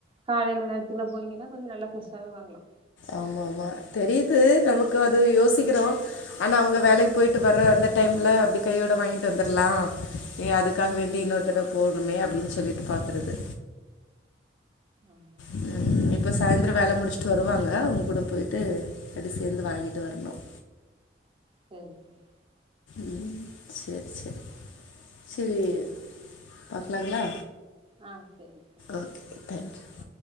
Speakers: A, on the right; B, on the left.
A: காலையில நேரத்துக்குள்ள போனீங்கன்னா கொஞ்சம் நல்லா ஃப்ரெஷ்ஷாவே வாங்கலாம்
B: ஆமா ஆமா தெரியுது நமக்கு அது யோசிக்கிறோ ஆனா அவுங்க வேலைக்கு போயிட்டு வர்ற அந்த டைம்ல அப்படி கையோட வாங்கிட்டு வந்துரலாம் ஏ அதுக்காக வேண்டி இன்னொருத் தர போகணுமே அப்படின் சொல்லிட்டு பாக்குறது
A: ஆ
B: ம்
A: சரி
B: இப்ப சாய்ந்தரம் வேல முடிச்சுட்டு வருவாங்க அவுங்க கூட போய்டடு அப்படி சேர்ந்து வாங்கிட்டு வரணும்
A: செரி செரி
B: ம் செரி செரி சேரி பாக்கலாங்களா
A: ஆ சரி சரி
B: ஓகே தேங்க் யூ
A: ஆ